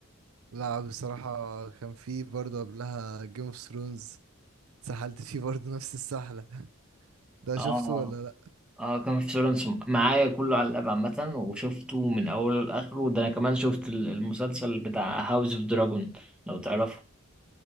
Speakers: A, on the right; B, in the centre.
A: لا بصراحة كان في برضه قبلها جيم اوف ثرونز سحلت فيه برضه نفس السحلة <laughs> ده
B: اه
A: شفته ولا لأ؟
B: اه كان في سولانس معايا كله على الاب عامة وشفته من اوله لاخره ده انا كمان شفت ال- المسلسل بتاع هاوس اوف دراجون لو تعرفه